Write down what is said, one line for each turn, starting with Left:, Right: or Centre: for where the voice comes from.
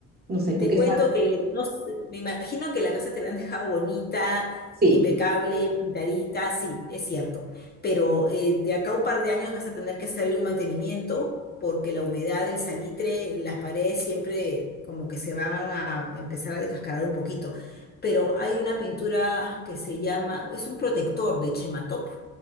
Right: no sé,
Left: y
Right: tú
Left: te
Right: qué
Left: cuento
Right: sabes,
Left: que no sé, me imagino que la casa te la han dejado bonita,
Right: sí.
Left: impecable, pintadita, sí, es cierto. Pero eh, de acá a un par de años vas a tener que hacerle un mantenimiento porque la humedad del salitre, las paredes siempre como que se van a empezar a descascarar un poquito. Pero hay una pintura que se llama, es un protector de Chematop